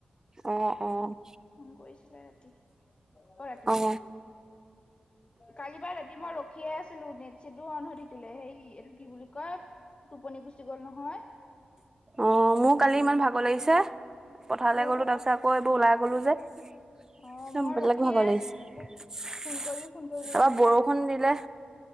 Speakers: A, on the right (about 20°); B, on the left (about 35°).
A: অ', অ'।
B: ফোন কৰিছিলে ৰাতি অ', ৰাতিপুৱা।
A: অ
B: কালিবাৰ ৰাতি মই ৰখিয়ে আছিলোঁ নেট এচিটো অ'ন হৈ থাকিলে হেই এইটো কি বুলি কয় টোপনি গুচি গ'ল নহয়।
A: অ', মোৰ কালি ইমান ভাগৰ লাগিছে। পথাৰলৈ
B: ৰৈ
A: গ'লো
B: থকা
A: তাৰপিছত আকৌ এইবোৰ ওলাই গলো যে। <unintelligible>
B: অ মই
A: বেলেগ
B: ৰখিয়ে
A: ভাগৰ লাগিছে।
B: আছিলো
A: তাৰপৰা
B: ফোন কৰিবি ফোন কৰিবি মানে
A: বৰষুণ দিলে।